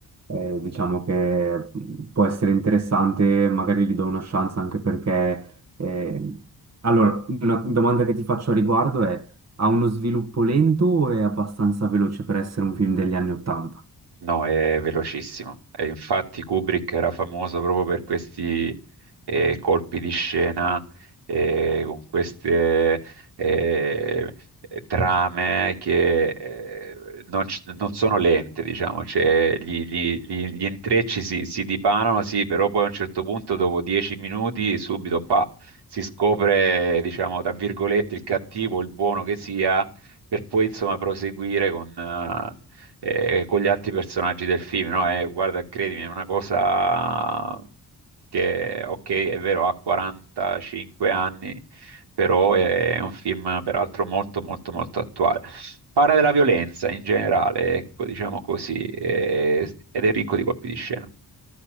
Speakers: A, on the right; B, on the right.
A: eh, diciamo che mh, può essere interessante, magari gli do una chance anche perché... eh, Allora, una domanda che ti faccio a riguardo è, ha uno sviluppo lento o è abbastanza veloce per essere un film degli anni Ottanta?
B: No, è velocissimo. E infatti Kubrick era famoso proprio per questi eh, colpi di scena, eh, con queste eh, eh, trame che eh, non, c- non sono lente, diciamo, cioè, gli, gli- gli- gli intrecci si, si dipanano, sì, però poi a un certo punto, dopo dieci minuti, subito pa, si scopre, diciamo, tra virgolette, il cattivo, il buono che sia per poi insomma proseguire con, eh, eh, con gli altri personaggi del film, no? E guarda, credimi, è una cosa che, ok, è vero, ha 45 anni, però è un film peraltro molto, molto, molto attuale. Parla della violenza in generale, ecco, diciamo così, eh, ed è ricco di colpi di scena.